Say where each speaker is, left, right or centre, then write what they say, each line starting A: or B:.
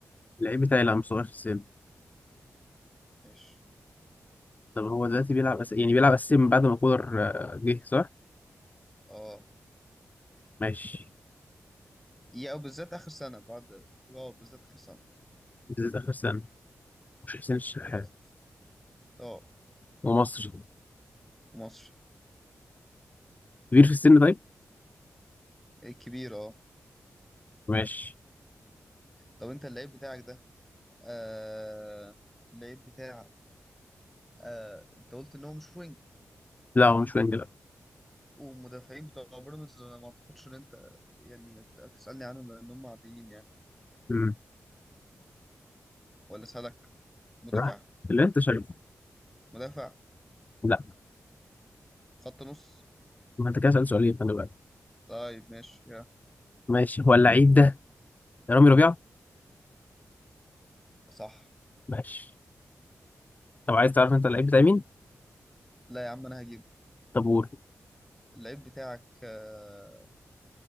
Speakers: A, on the left; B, in the centre.
A: اللعيب بتاعي لا مش صغير في السن
B: ماشي
A: طب هو دلوقتي بيلعب أس... يعني بيلعب أساسي من بعد ما كولر آه، جه صح؟
B: اه
A: ماشي
B: يا او بالذات اخر سنه بعد اه بالذات اخر سنه
A: بالذات آخر سنة مش حسين الشحات
B: اه اه
A: ومصري
B: مصري
A: كبير في السن طيب؟
B: لعيب كبير اه
A: ماشي
B: طب انت اللعيب بتاعك ده آه اللعيب بتاعك آه انت قلت ان هو مش وينج
A: لا هو مش وينج لا
B: ومدافعين بتوع بيراميدز انا ما اعتقدش ان انت يعني ت- تسالني عنهم لان هم عاديين يعني
A: أمم.
B: ولا سالك مدافع
A: راح اللي أنت شايفه
B: مدافع
A: لا
B: خط نص
A: ما أنت كده سألت سؤالين خلي بالك
B: طيب ماشي يا
A: ماشي هو اللعيب ده رامي ربيعة؟
B: صح
A: ماشي طب عايز تعرف أنت اللعيب بتاع مين؟
B: لا يا عم انا هجيبه
A: طب قول
B: اللعيب بتاعك آه